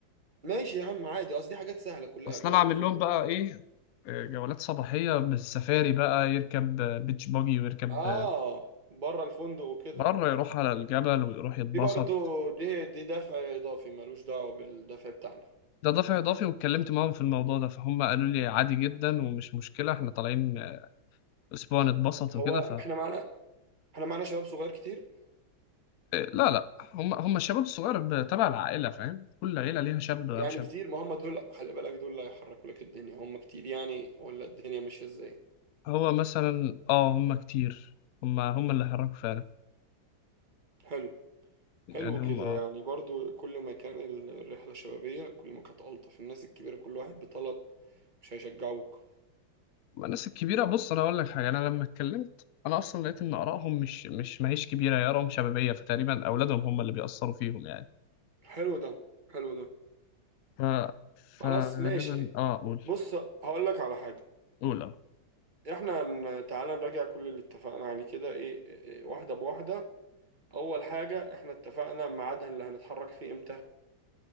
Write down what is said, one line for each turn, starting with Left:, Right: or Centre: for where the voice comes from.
Right: ماشي يا عم عادي قصدي حاجات سهلة كلها
Left: اصل
Right: جوه
Left: انا عامل
Right: الفندق
Left: لهم بقى ايه آه، جولات صباحية بالسفاري بقى يركب آه، بيتش باجي ويركب
Right: اه
Left: آه،
Right: بره الفندق وكده
Left: بره يروح على الجبل ويروح يتبسط
Right: دي برضو دي دي دفع اضافي ملوش دعوة بالدفع بتاعنا
Left: ده دافع إضافي واتكلمت معاهم في الموضوع ده فهم قالوا لي عادي جدا ومش مشكلة احنا طالعين أسبوع نتبسط
Right: هو
Left: وكده
Right: احنا معانا احنا معانا شباب صغير كتير
Left: لا لا هم هم الشباب الصغير ب- تبع العائلة فاهم كل عيلة ليها شاب
Right: يعني
Left: أو شاب
Right: كتير ما هم دول خلي بالك دول اللي هيحركوا لك الدنيا هم كتير يعني ولا الدنيا ماشية ازاي
Left: هو مثلا اه هم كتير هم هم اللي حركوا فعلا
Right: حلو
Left: يعني
Right: حلو
Left: هم
Right: كده
Left: اه
Right: يعني برضو كل ما كان الرحلة شبابية كل ما كانت ألطف الناس الكبيرة كل واحد بطلب مش هيشجعوك
Left: أما الناس الكبيرة بص أنا أقول لك حاجة أنا لما اتكلمت أنا أصلا لقيت إن آرائهم مش مش ما هيش كبيرة هي آرائهم شبابية فتقريبا أولادهم هم اللي بيأثروا فيهم يعني
Right: حلو ده حلو ده
Left: ف
Right: خلاص
Left: فغالبا
Right: ماشي
Left: اه قول
Right: بص هقول لك على حاجة
Left: قول اه
Right: احنا هن- تعالى نراجع كل اللي اتفقنا عليه كده ايه إيه، واحدة بواحدة اول حاجة احنا اتفقنا ميعادها اللي هنتحرك فيه امتى